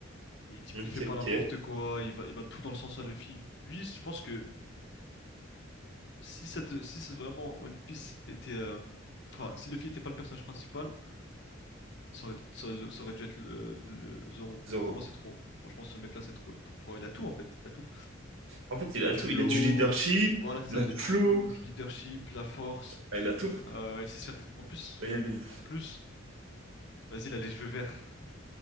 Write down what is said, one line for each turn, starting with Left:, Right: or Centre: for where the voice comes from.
Left: Il,
Right: Ok,
Left: il fait pas
Right: ok.
Left: n'importe quoi. Il va, il va tout dans le sens à Luffy. Lui, je pense que si cette, si c'est vraiment One Piece était, euh, enfin, si Luffy était pas le personnage principal, ça aurait, ça, aurait ça aurait dû être le, le Zoro.
Right: Zoro.
Left: Franchement, c'est trop. Franchement, ce mec-là, c'est trop, il est trop fort. Il a tout en fait. Il a tout.
Right: En fait, il
Left: Il
Right: a
Left: a du
Right: tout.
Left: flow.
Right: Il a du leadership,
Left: Voilà, c'est ça.
Right: il a
Left: Il
Right: du
Left: a du
Right: flow,
Left: flow, du leadership, la force.
Right: Ah, il a tout.
Left: Euh, il sait se faire. En plus,
Right: Et elle est-
Left: en plus, vas-y, il a les cheveux verts.